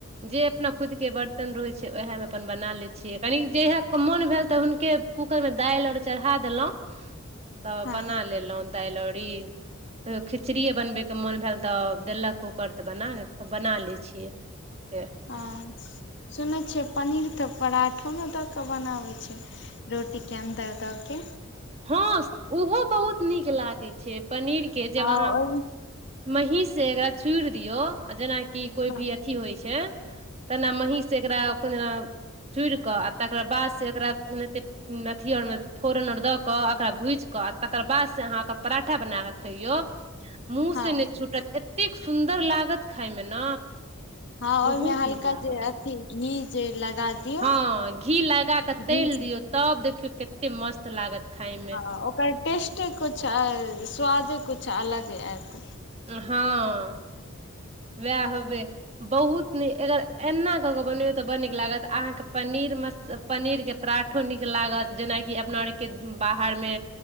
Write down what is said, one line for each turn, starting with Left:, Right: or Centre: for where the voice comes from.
Right: जे अपना खुद के बर्तन रहै छै ओएहे मे अपन बना ले छियै कनी जे मोन भेल तऽ हुनके कूकरमे दालि आउर चढ़ा देलहुँ तऽ
Left: हँ
Right: बना लेलहुँ दालि अरी कहियो खिचड़िए बनबैके मोन भेल तऽ देलक कूकर तऽ बना बना लै छियै से
Left: हँ सुनै छियै पनीर तऽ पराठोमे दऽ कऽ बनाबै छै रोटीके अन्दर दऽ के
Right: हँ ओहो बहुत नीक लागै छै पनीरके जब
Left: हँ
Right: अहाँ
Left: ओहि
Right: महीँसँ एकरा छुड़ि दियौ आ जेनाकि कोइ
Left: हँ
Right: भी अथी होय छै तेना महीं से एकरा को जे चूड़िके आ तकरा बाद से एकरा एते अथी आर मे फोरन आर दऽ कऽ ओकरा भूजि कऽ आ तकर बाद से अहाँ ओकर पराठा बना क खैयो मुँह से
Left: हँ
Right: नहि छूटत एतेक सुन्दर लागत खायमे ने
Left: हँ
Right: बहुत
Left: ओहिमे हल्का
Right: नीक लागल
Left: जे अथी घी जे लगा दियौ
Right: हँ घी लगा कऽ
Left: घी
Right: तलि
Left: से
Right: दियौ तब देखियौ कतेक मस्त लागत खायमे
Left: ह ओकर टेस्टे कुछ आर स्वादे कुछ अलग आयत
Right: हँ वएह हबे बहुत नीक अगर एना कऽ कऽ बनेबै तऽ बड़ नीक लागत अहाँके पनीर म पनीरके पराठो नीक लागत जेनाकि अपना आरके बाहरमे